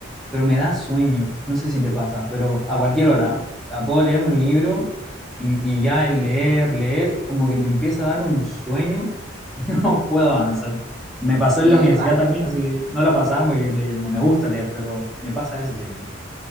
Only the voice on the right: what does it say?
Sí,
lo- a mí
lo-